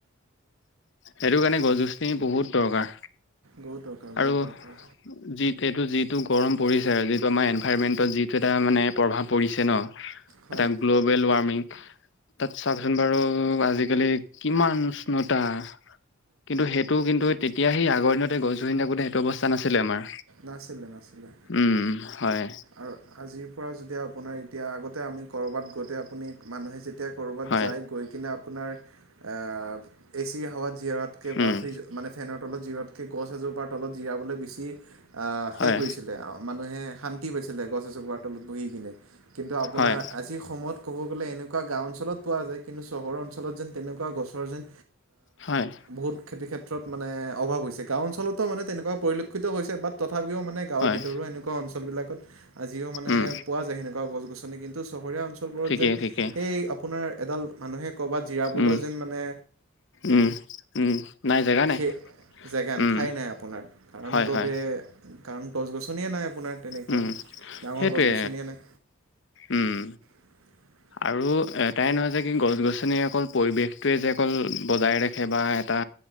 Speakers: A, on the left; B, on the right.
A: সেইটো কাৰণে গছ গছনি বহুত দৰকাৰ।
B: বহুত দৰকাৰ বহুত
A: আৰু
B: দৰকাৰ
A: যি এইটো যিটো গৰম পৰিছে আৰু যিটো আমাৰ এনভাইৰমেন্ট। যিটো এটা মানে প্ৰভাৱ পৰিছে ন‌
B: হয়
A: এটা গ্লোৱেল ৱাৰ্মিঙৰ তাত চাওক বাৰু আজিকালি কিমান উষ্ণতা কিন্তু সেইটো কিন্তু। তেতিয়া সেই আগৰ দিনতে গছ গছনি থাকোতে সেইটো অৱস্থা নাছিলে আমাৰ।
B: নাছিলে নাছিলে
A: উম হয়
B: আৰু আজিৰ পৰা যদি। আপোনাৰ এতিয়া আগতে আমি ক'ৰবাত গোতে আপুনি মানুহে যেতিয়া। ক'ৰবাত
A: হয়
B: যায় গৈ কিনে আপোনাৰ এ চিৰ হাৱা জিৰাতকৈ বা
A: উম
B: ফ্ৰিজ মানে ফেনৰ তলত জিৰতকৈ গছ এজোপাৰ তলত জিৰাবলৈ বেছি আহ
A: হয়
B: সেই কৰিছিলে মানুহে শান্তি পাইছিলে গছ এজোপাৰ তলত বহি কিনে। কিন্তু আপোনাৰ
A: হয়
B: আজিৰ সময়ত। ক'ব গ'লে এনেকুৱা গাও অঞ্চলত পোৱা যায় কিন্তু চহৰৰ অঞ্চলত যেন তেনেকুৱা গছৰ যেন।
A: হয়
B: বহুত খেতিৰ ক্ষেত্ৰত মানে অভাৱ হৈছে গাঁও অঞ্চলতো মানে তেনেকুৱা পৰিলক্ষিত হৈছে বাট। তথাপিও মানে গাঁৱৰ
A: হয়
B: ভিতৰুৱা এনেকুৱা অঞ্চল বিলাকত আজিও মানে
A: উম
B: পোৱা যায় সেনেকোৱা গছ গছনি কিন্তু চহৰীয়া অঞ্চলবোৰত
A: ঠিকেই
B: যেন
A: ঠিকেই।
B: সেই আপোনাৰ এডাল মানুহে। ক'ৰবাত জিৰাবলৈ
A: উম,
B: যেন মানে।
A: উম, উম, নাই জেগা নাই।
B: সেই জেগা নাই
A: উম,
B: ঠাই নাই আপোনাৰ কাৰণ
A: হয়,
B: ৰ'দে।
A: হয়।
B: কাৰণ গছ গছনিয়ে নাই। আপোনাৰ তেনেকুৱা
A: উম
B: ডাঙৰ
A: সেইটোৱে
B: গছ গছনিয়ে নাই
A: উম।
B: <inaudible>
A: আৰু এটাই নহয় যে কি গছ গছনি অকল পৰিৱেশটোৱে যে অকল বজাই ৰাখে বা এটা